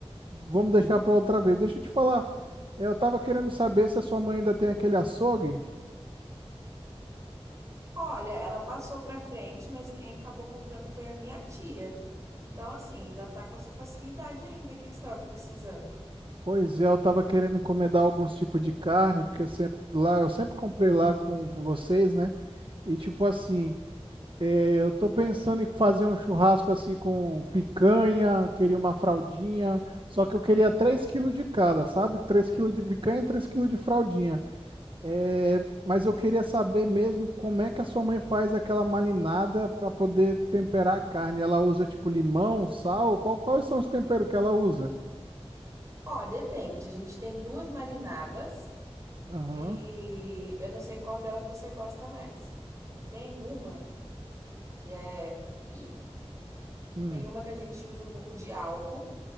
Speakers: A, on the right; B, on the right.
A: vamos deixar pra outra vez. Deixa eu te falar, é, eu tava querendo saber se a sua mãe ainda tem aquele açougue.
B: Olha, ela passou pra frente, mas quem acabou comprando foi a minha tia. Então, assim, ainda tá com essa facilidade ainda. O que que você estava precisando?
A: Pois é, eu tava querendo encomendar alguns tipos de carne, porque sempre lá eu sempre comprei lá com vocês, né? E tipo assim, É, eu tô pensando em fazer um churrasco assim com picanha, queria uma fraldinha, só que eu queria 3 quilos de cada, sabe? 3 quilos de picanha e 3 quilos de fraldinha. É, mas eu queria saber mesmo como é que a sua mãe faz aquela marinada para poder temperar a carne. Ela usa tipo limão, sal? Qual- quais são os temperos que ela usa?
B: Ó, depende. A gente tem duas marinadas
A: Aham.
B: e eu não sei qual delas você gosta mais. Tem uma que é. <clears throat>
A: Hum,
B: Tem uma que a gente usa um pouco de álcool.